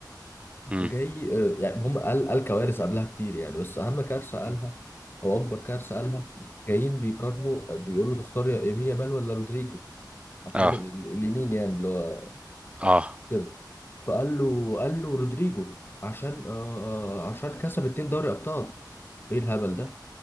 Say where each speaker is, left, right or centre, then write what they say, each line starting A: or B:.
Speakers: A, on the right; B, on the left.
A: امم
B: وجاي آه، يعني هم قال قال كوارث قبلها كتير يعني بس اهم كارثه قالها
A: امم.
B: او اكبر كارثه قالها جايين بيقارنوا بيقولوا تختار يا يمين يامال ولا رودريجو عشان
A: اه
B: ال- ال- اليمين يعني اللي هو آه،
A: اه
B: كده فقال له قال له رودريجو عشان آه، آه، عشان كسب اتنين دوري ابطال ايه الهبل ده